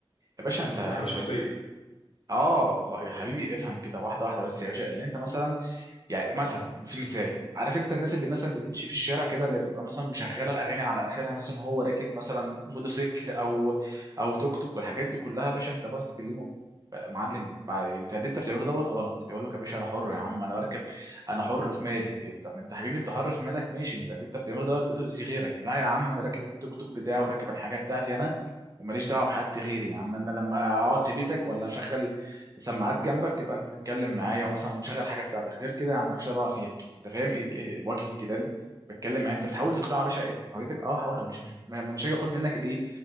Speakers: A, on the right; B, on the left.
A: يا باشا انت انت
B: دي حريه شخصيه
A: ال- اه يا حبيبي افهم كده واحدة واحدة بس يا باشا اللي انت مثلا يعني مثلا في مثال عارف انت الناس اللي مثلا بتمشي في الشارع كده اللي بتبقى مثلا مشغله الاغاني على اخرها مثلا هو راكب مثلا موتوسيكل او او توك توك والحاجات دي كلها يا باشا انت ما بتتكلمه بقى معلم بقى انت اللي انت بتعمله دوت غلط يقول لك يا باشا انا حر يا عم انا بركب انا حر في مالي إيه، طب انت حبيبي انت حر في مالك ماشي انت اللي انت بتعمله دوت بتؤذي غيرك لا يا عم انا راكب التوك توك بتاعي وراكب الحاجه بتاعتي انا وماليش دعوه بحد غيري يا عم انا لما اقعد في بيتك ولا اشغل سماعات جنبك يبقى انت تتكلم معايا ومثلا مشغل حاجه بتاعتك غير كده يا عم مالكش دعوه فيها انت فاهم ايه إيه وجه الجدال بتكلم معايا انت بتحاول تقنعه يا باشا انت حريتك اه حر مش مش م- مش هاجي اخد منك الايه